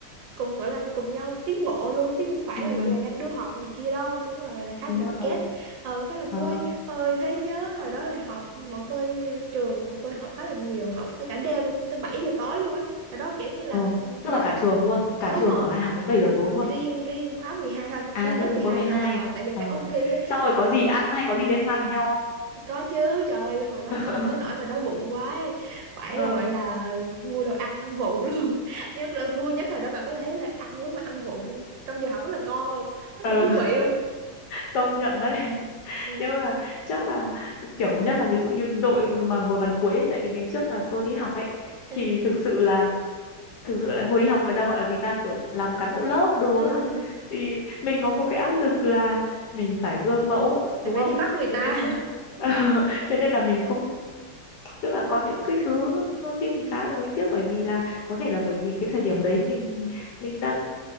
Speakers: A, on the right (about 70°); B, on the left (about 65°).
A: cùng gọi là cùng nhau tiến bộ luôn chứ không phải
B: ừ,
A: là gọi là ganh đua học này kia đâu cũng là, là khá
B: đúng
A: là đoàn
B: rồi
A: kết ờ cũng khá là vui
B: ờ,
A: Ôi thế nhớ hồi đó là học bọn tôi trường bọn tôi học khá là nhiều học tới cả đêm luôn học tới 7 giờ tối luôn ấy hồi đó kiểu như là
B: ờ,
A: ừ,
B: tức
A: bà
B: là cả trường luôn cả
A: đúng
B: trường
A: rồi
B: ở lại học đến 7 giờ
A: ừ,
B: tối luôn
A: riêng riêng khóa 12 thôi
B: à
A: riêng
B: riêng
A: lớp
B: riêng
A: mười
B: khối
A: hai
B: 12
A: thôi ờ tại vì
B: ờ.
A: phải ôn thi ấy
B: xong rồi
A: nên
B: có
A: là
B: gì ăn hay có gì liên hoan với nhau không
A: có chứ trời ơi hồi đó
B: <laughs>
A: học tới nỗi mà đói bụng quá ấy. phải
B: ờ,
A: là gọi là mua đồ ăn ăn vụng luôn <laughs> nhất là vui nhất hồi đó bạn có thấy là ăn lúc mà ăn vụng trong giờ học rất là ngon không rất
B: ờ,
A: là thú vị không
B: công nhận đấy <laughs>
A: ừ
B: nhưng mà chắc là kiểu nhất là ví dụ như đội mà ngồi bàn cuối ấy, tại vì ngày trước là tôi đi học ấy
A: ừ
B: thì thực sự là thực sự là hồi đi học người ta gọi là gì ta kiểu làm cán bộ lớp đồ
A: ừ
B: đó thì mình có một cái áp lực là mình phải gương mẫu đúng
A: Là phải
B: không
A: đi bắt người ta
B: thế nhưng mà <laughs> thế nên là mình không tức là có những cái thứ đôi khi mình khá là nuối tiếc bởi vì là có thể là bởi vì cái thời điểm đấy mình mình đang